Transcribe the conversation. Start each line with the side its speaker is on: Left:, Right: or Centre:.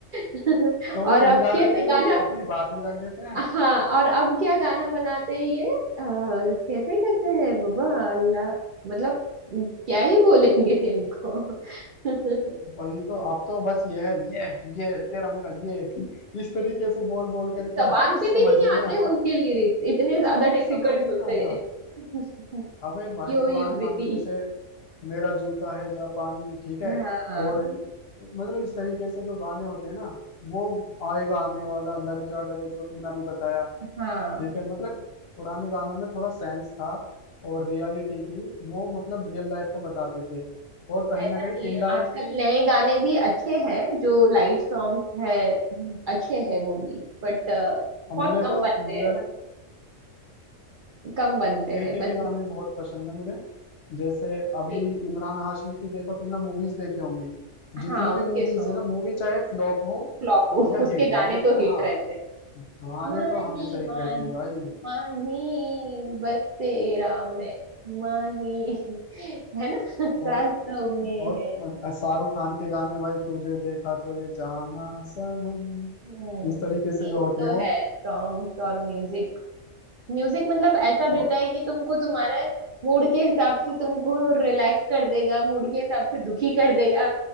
Right: <laughs>
Left: तो
Right: और
Left: इनडायरेक्टली
Right: अब कैसे
Left: वो
Right: गाना
Left: अपनी बात भी रख देते हैं
Right: हाँ और अब क्या गाना बनाते हैं ये अ, कैसे कैसे है बाबा अल्लाह मतलब क्या ही बोलेंगे इनको <laughs>
Left: वही तो अब तो बस ये है ये ये तेरा मेरा ये इस तरीके से बोल बोल करके
Right: जबान
Left: भाई कुछ
Right: पे
Left: समझ
Right: भी नहीं
Left: ही नहीं
Right: आते
Left: आता
Right: उनके लिरिक्स इतने
Left: कुछ
Right: ज्यादा
Left: कुछ
Right: डिफिकल्ट
Left: समझ ही नहीं
Right: होते
Left: आता
Right: हैं <laughs>
Left: अबे भाई
Right: यो
Left: पुराने
Right: यो
Left: गाने
Right: बेबी
Left: जैसे मेरा जूता है जापानी ठीक
Right: हाँ
Left: है और मतलब इस तरीके से जो गाने होते हैं ना वो आएगा आने वाला लग जा गले जो तुमने अभी बताया
Right: हाँ
Left: ठीक है मतलब पुराने गानों में थोड़ा सेंस था और रियलिटी थी वो मतलब रियल लाइफ को बताते थे और कहीं
Right: ऐसा
Left: ना कहीं
Right: नहीं
Left: इनडायरेक्टली
Right: है आजकल नए गाने भी अच्छे हैं जो लाइट सॉन्ग्स है अच्छे हैं वो भी बट बहुत
Left: मुझे
Right: कम
Left: तो
Right: बनते
Left: मुझे
Right: हैं
Left: ना
Right: कम बनते
Left: के
Right: हैं
Left: के
Right: बस
Left: के गाने बहुत पसंद है मुझे जैसे अभी
Right: ये कि
Left: इमरान हाशमी की देखो तुमने मूवीज देखी होंगी
Right: हाँ
Left: जितनी
Right: उसके
Left: भी मूवीज
Right: सॉन्ग
Left: है ना मूवी
Right: तो
Left: चाहे फ्लॉप हो
Right: फ्लॉप हो <laughs>
Left: या
Right: उसके
Left: हिट
Right: गाने
Left: लेकिन
Right: तो हिट
Left: हाँ
Right: रहते हैं
Left: गाने
Right: माही
Left: तो हमेशा हिट
Right: माही
Left: रहते हैं भाई
Right: माही बस तेरा मैं माही <laughs> है ना सासों
Left: और
Right: में
Left: और
Right: है
Left: शाहरुख खान के गाने भाई तुझे देखा तो ये जाना सनम
Right: हम्म
Left: इस तरीके
Right: नहीं
Left: से जो
Right: वो
Left: होते
Right: तो
Left: हैं वो
Right: है सॉन्ग्स और म्यूजिक म्यूजिक मतलब ऐसा
Left: तो
Right: देता है कि तुमको तुम्हारा मूड के हिसाब से तुमको रिलैक्स कर देगा मूड के हिसाब से दुखी कर देगा